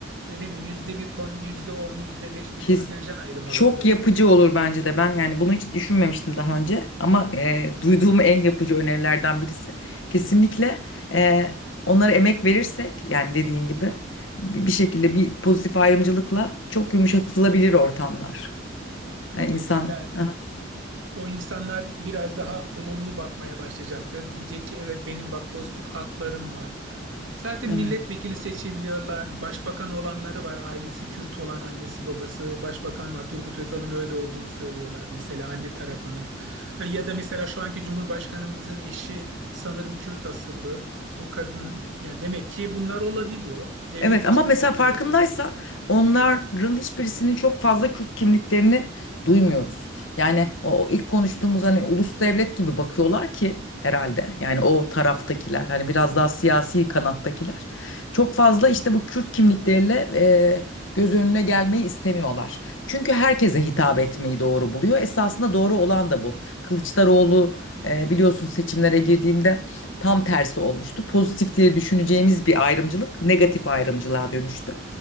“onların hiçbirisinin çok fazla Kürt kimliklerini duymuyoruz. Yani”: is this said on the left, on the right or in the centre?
Left